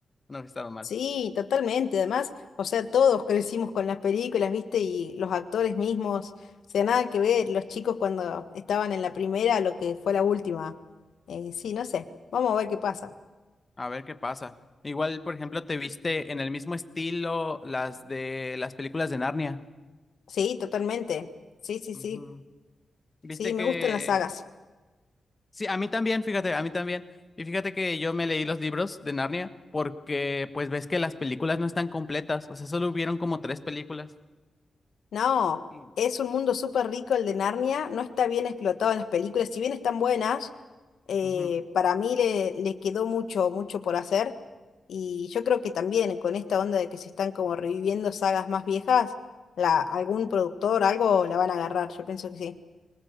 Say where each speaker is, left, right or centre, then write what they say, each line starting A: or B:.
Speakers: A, on the left (about 25°); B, on the left (about 80°).
A: no que están mal.
B: Sí, totalmente, además, o sea, todos <laughs> crecimos con las películas, ¿viste? Y los actores mismos, o sea, nada que ver, los chicos cuando estaban en la primera, a lo que fue la última. Eh, sí, no sé, vamos a ver qué pasa.
A: A ver qué pasa. Igual, por ejemplo, te viste en el mismo estilo las de las películas de Narnia.
B: Sí, totalmente. Sí, sí,
A: Ujú.
B: sí.
A: Viste
B: Sí, me
A: que
B: gustan las sagas.
A: sí, a mí también, fíjate, a mí también. Y fíjate que yo me leí los libros de Narnia porque pues ves que las películas no están completas, o sea, solo hubieron como tres películas.
B: No,
A: Sí.
B: es un mundo súper rico el de Narnia. No está bien explotado en las películas. Si bien están buenas, eh,
A: Ujú.
B: para mí le, le quedó mucho, mucho por hacer. Y yo creo que también con esta onda de que se están como reviviendo sagas más viejas, la, algún productor, algo la van a agarrar. Yo pienso que sí.